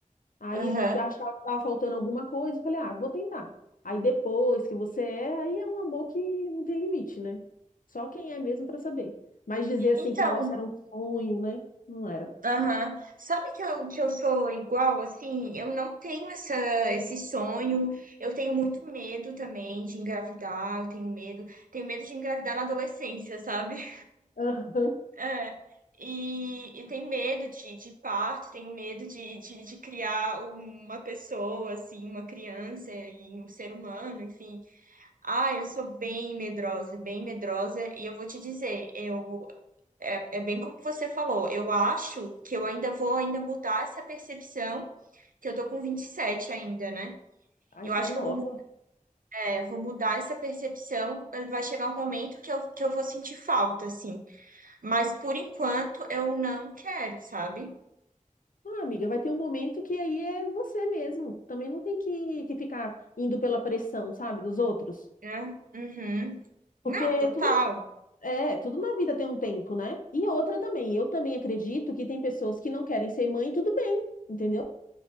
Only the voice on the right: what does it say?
Aham.
Então,
aham. Sabe que eu, que eu sou igual, assim? Eu não tenho essa, esse sonho. Eu tenho muito medo também de engravidar. Eu tenho medo. Tenho medo de engravidar na adolescência, sabe?
É, e, e tem medo de, de parto, tem medo de, de, de criar uma pessoa, assim, uma criança e um ser humano, enfim. Ah, eu sou bem medrosa, bem medrosa, e eu vou te dizer, eu é, é bem como você falou, eu acho que eu ainda vou ainda mudar essa percepção, que eu tô com 27 ainda, né?
Eu
acho
que eu vou, mu- é, vou mudar essa percepção, vai chegar um momento que eu, que eu vou sentir falta, assim. Mas por enquanto eu não quero, sabe?
né? Uhum.
Não,
total,